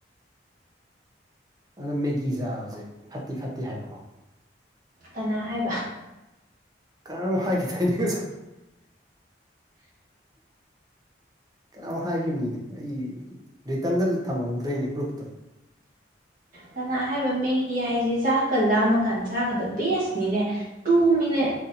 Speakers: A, on the right (about 20°); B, on the right (about 50°).
A: ꯑꯗꯣ ꯃꯦꯒꯤ ꯆꯥꯕꯁꯦ ꯐꯠꯇꯦ ꯐꯠꯇꯦ ꯍꯥꯏꯕꯀꯣ
B: ꯀꯅꯥ ꯍꯥꯏꯕ
A: ꯀꯥꯔ ꯍꯥꯏ ꯊꯥꯏꯗꯤꯒ ꯀꯅꯥꯃꯨꯛ ꯍꯥꯏꯈꯤꯕꯅꯤꯅꯦ ꯑꯩ ꯔꯤꯇꯟꯗ ꯊꯝꯍꯍꯧꯗ꯭ꯔꯦꯅꯦ ꯄ꯭ꯔꯨꯐꯇꯣ
B: ꯀꯅ ꯍꯥꯏꯕꯃꯤ ꯑꯦꯌꯥꯏꯁꯦ ꯆꯥꯛꯀ ꯂꯥꯝꯃꯀꯥꯟꯗ ꯆꯥꯒꯗ ꯕꯦꯁꯅꯤꯅꯦ ꯇꯨ ꯃꯤꯅꯠ